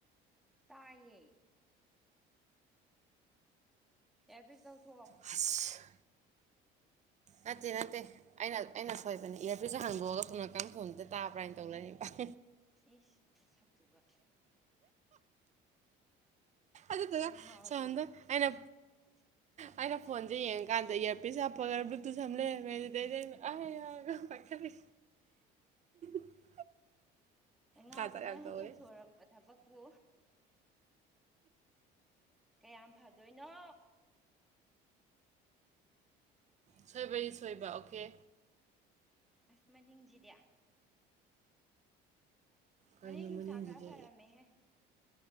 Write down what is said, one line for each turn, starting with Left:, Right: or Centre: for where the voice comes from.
Centre: ꯇꯥꯏꯌꯦ ꯑꯦꯕꯤꯁ ꯂꯧꯊꯣ
Right: ꯑꯁ ꯅꯠꯇꯦ ꯅꯠꯇꯦ ꯑꯩꯅ ꯑꯩꯅ ꯁꯣꯏꯕꯅꯦ ꯏꯌꯥꯔꯄꯤꯁ ꯍꯥꯡꯗꯣꯛꯑꯒ ꯁꯣꯝꯀꯟ ꯐꯣꯟꯗꯨꯗ ꯇꯥꯕ꯭ꯔꯥꯅ ꯇꯧꯔꯅꯤꯕ <inaudible>
Centre: ꯏꯁ ꯃꯁꯛꯇꯨꯒ
Right: ꯑꯗꯨꯗꯨꯒ
Centre: ꯑꯉꯥꯎꯕꯤ
Right: ꯁꯣꯝꯗ ꯑꯩꯅ
Centre: <inaudible>
Right: ꯑꯩꯅ ꯐꯣꯟꯁꯦ ꯌꯦꯡꯉꯀꯥꯟꯗ ꯌꯥꯔꯄꯤꯁ ꯍꯥꯞꯄꯒ ꯕ꯭ꯂꯨꯇꯨꯠ ꯁꯝ ꯂꯩꯔꯝꯃꯦ ꯑꯗꯨꯗꯩꯗ ꯑꯒ ꯄꯥꯏꯈꯠꯂꯤ <unintelligible>
Centre: ꯑꯩ ꯉꯥꯎꯕꯤꯅꯅ
Right: ꯖꯥꯠ ꯖꯥꯠ ꯌꯥꯝ ꯇꯧꯋꯦ
Centre: ꯇꯧꯊꯣꯔꯛꯄ ꯊꯕꯛꯄꯨ ꯀꯌꯥꯝ ꯐꯗꯣꯏꯅꯣ
Right: ꯁꯣꯏꯕꯅꯤ ꯁꯣꯏꯕ ꯑꯣꯀꯦ
Centre: ꯑꯁ ꯃꯅꯤꯡꯁꯤꯗꯤ
Right: ꯀꯩꯅꯣ
Centre: ꯃꯅꯤꯡ ꯅꯨꯡꯁꯥ
Right: ꯃꯅꯤꯡꯁꯤꯗꯤ
Centre: ꯈꯔ ꯐꯔꯝꯃꯦꯍꯦ